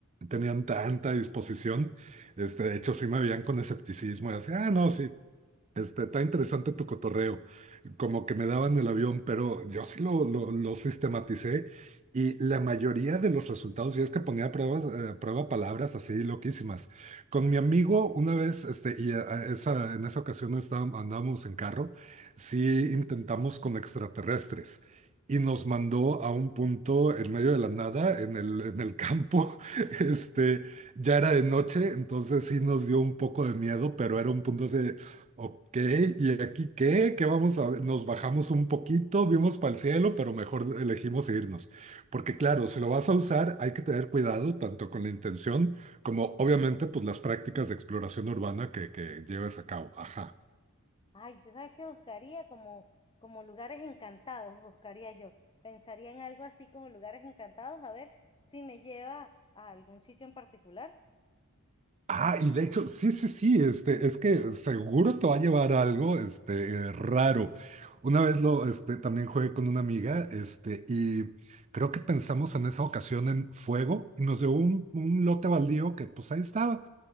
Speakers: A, on the right; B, on the left.
A: tenían tanta disposición. Este, de hecho, sí me veían con escepticismo y así, ah, no, sí, Este, está interesante tu cotorreo, como que me daban el avión, pero yo sí lo, lo, lo sistematicé y la mayoría de los resultados, y es que ponía pruebas, eh, prueba palabras así loquísimas. Con mi amigo una vez, este, y a- a esa, en esa ocasión estábamos, andábamos en carro, sí intentamos con extraterrestres. Y nos mandó a un punto en medio de la nada, en el, en el campo. <laughs> Este, ya era de noche, entonces sí nos dio un poco de miedo, pero era un punto de, Ok, ¿y aquí qué? ¿Qué vamos a ver? Nos bajamos un poquito, vimos para el cielo, pero mejor elegimos irnos. Porque claro, si lo vas a usar, hay que tener cuidado tanto con la intención como obviamente pues las prácticas de exploración urbana que, que lleves a cabo. Ajá.
B: Ay, yo sabes que buscaría como, como lugares encantados, buscaría yo. Pensaría en algo así como lugares encantados, a ver si me lleva a algún sitio en particular.
A: Ah, y de hecho, sí, sí, sí, este, es que seguro te va a llevar algo, este, eh, raro. Una vez lo, este, también jugué con una amiga, este, y creo que pensamos en esa ocasión en fuego y nos dio un, un lote baldío que pues ahí estaba.